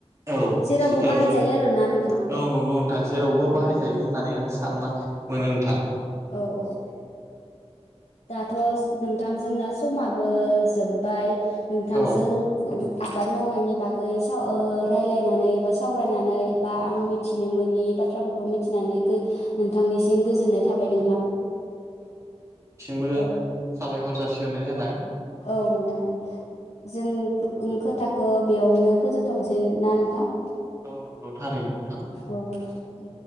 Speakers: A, on the right; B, on the left.
A: औ ओ
B: जेरावबो बाहायजायो
A: जोब
B: आरोना नोंथां
A: औ नंगौ नोंथां जेरावबो
B: औ
A: बाहायजायो होननानै आं सानना मोनो नोंथां।
B: औ औ। दाथ' नोंथां जोंना समाबो जोब्बाय नोंथांजों
A: औ
B: आबाद मावनायनि बागै सा ओ रायलायनानै बा सावरायनानै बा आं मिथिनो मोनोनि बाथ्राफोरखौ मिथिनानै गो नोंथांनिसिम गोजोननाय थाबाय नोंथां।
A: बो
B: औ
A: साबायखर जासिहरनाय जाबाय।
B: औ नोंथां दे जों खोथाखो बेयावनो फोजोबथ'नोसै ना नोंथां?
A: औ नंगौ थारैनो नोंथां।
B: औ दे